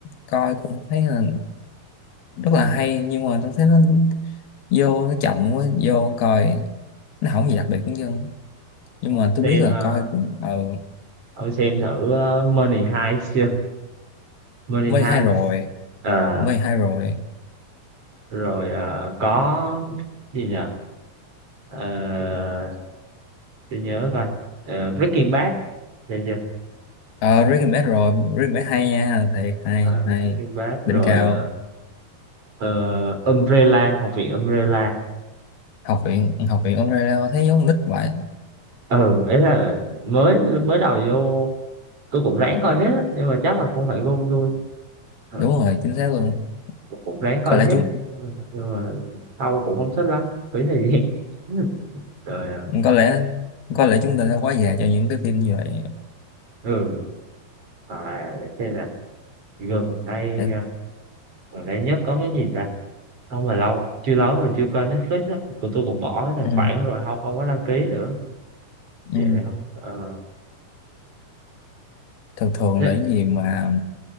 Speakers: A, on the left; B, on the right.
A: coi cũng thấy là rất là hay nhưng mà tôi thấy nó vô nó chậm quá vô coi nó không gì đặc biệt hết trơn nhưng
B: ông
A: mà tôi
B: xem
A: biết là
B: ờ,
A: coi cũng ờ
B: ông xem thử ờ, Money Heist chưa Money
A: mê
B: Heist
A: hay rồi
B: Ờ,
A: mê hay rồi
B: rồi ờ, có gì nhỉ Ờ, tôi nhớ coi Ờ, Breaking Bad Thấy chưa
A: ờ recommend rồi recommend hay nha thiệt hay
B: Ờ,
A: hay
B: Breaking Bad rồi
A: đỉnh cao
B: ờ, ờ, Umbrella học viện Umbrella
A: học viện học viện Australia thấy giống con nít vậy
B: ừ ấy là mới mới đầu vô tôi cũng ráng coi hết á nhưng mà chắc là không phải gu tôi ừ,
A: đúng rồi chính xác
B: ừ,
A: luôn
B: tôi cũng ráng coi
A: có lẽ
B: hết
A: chúng
B: nhưng mà sau cũng không thích lắm phí thời gian <laughs> rồi à,
A: có lẽ có lẽ chúng ta đã quá già cho những cái phim như vậy
B: ừ hoặc là để xem là gần đây
A: em
B: à, gần đây nhất có cái gì ta không mà lâu chưa lâu rồi chưa coi Netflix á của tôi cũng bỏ cái tài
A: ừ,
B: khoản rồi không không có đăng ký nữa
A: ừ.
B: vậy là không ờ
A: thường thường
B: thế
A: là cái gì mà